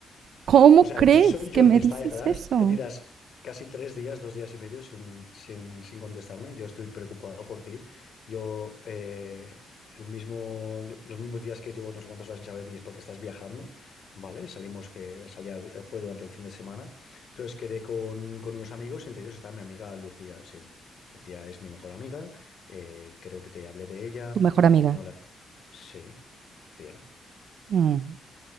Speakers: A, on the right; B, on the left.
A: ¿Cómo
B: O
A: crees
B: sea, yo soy
A: que
B: yo
A: me
B: el que está
A: dices
B: detrás.
A: eso?
B: Te tiras casi tres días, dos días y medio sin, sin, sin contestarme. Yo estoy preocupado por ti. Yo, eh, el mismo, los mismos días que llevo no sé cuántas horas sin saber de ti es porque estás viajando, ¿vale? Salimos que salía, fue durante el fin de semana. Entonces quedé con, con unos amigos, entre ellos está mi amiga Lucía, sí. Lucía es mi mejor amiga. eh, creo que te hablé de ella.
A: Tu mejor amiga.
B: No la... Sí, Lucía.
A: Mm,